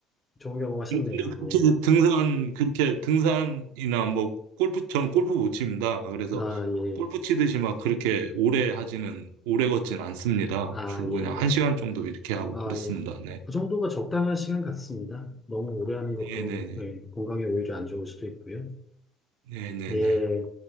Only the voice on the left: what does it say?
좋은 경험 하셨네요.
예.
아, 예.
아,
예,
예.
아,
예.
그 정도가 적당한 시간 같습니다. 너무 오래 하는 것도
예, 건강에 오히려 안 좋을 수도 있고요.
예.